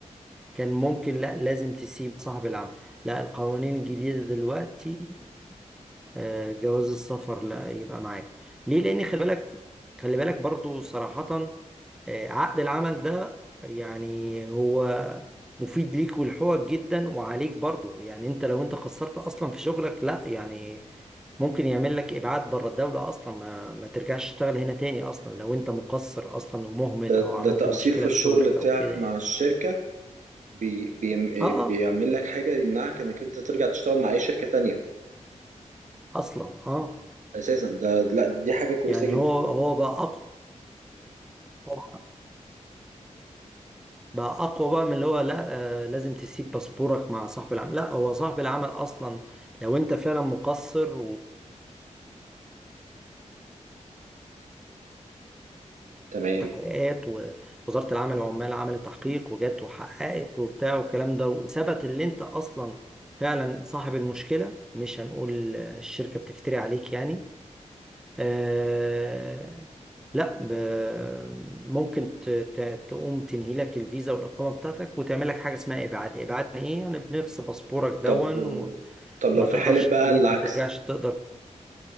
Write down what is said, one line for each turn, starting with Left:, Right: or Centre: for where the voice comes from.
Centre: كان ممكن لا لازم تسيب صاحب العمل لا القوانين الجديدة دلوقتي آه، جواز السفر لا يبقى معاك ليه لان خلي بالك خلي بالك برضو صراحة آه، عقد العمل ده يعني هو مفيد ليك ولحقوقك جدا وعليك برضو يعني انت لو انت خسرت اصلا في شغلك لا يعني ممكن يعمل لك ابعاد بره الدولة اصلا ما, ما ترجعش تشتغل هنا تاني اصلا لو انت مقصر اصلا ومهمل
Right: ده
Centre: او عملت
Right: ده تقصير
Centre: مشكلة
Right: في الشغل
Centre: في شغلك
Right: بتاعك
Centre: او كده يعني
Right: مع الشركة بي بي
Centre: اه
Right: بيعمل
Centre: اه
Right: لك حاجة يمنعك انك انت ترجع تشتغل مع اي شركة تانية
Centre: اصلا اه
Right: اساسا ده لا دي حاجة كويسة
Centre: يعني
Right: جدا
Centre: هو هو بقى اقوى بقى اقوى بقى من اللي هو لا آه لازم تسيب باسبورك مع صاحب العمل لا هو صاحب العمل اصلا لو انت فعلا مقصر
Right: تمام
Centre: وتحقيقات ووزارة العمل والعمال عملت تحقيق وجت وحققت وبتاع والكلام ده وثبت اللي انت اصلا فعلا صاحب المشكلة مش هنقول الشركة بتفتري عليك يعني آه لا ب- ممكن ت- ت- تقوم تنهي لك الفيزا والإقامة بتاعتك وتعمل لك حاجة اسمها إبعاد إبعاد يعني إيه؟ يعني بنفس باسبورك دون
Right: طب طب لو
Centre: ما
Right: في
Centre: تقدرش
Right: حالة بقى
Centre: ما
Right: العكس
Centre: ترجعش تقدر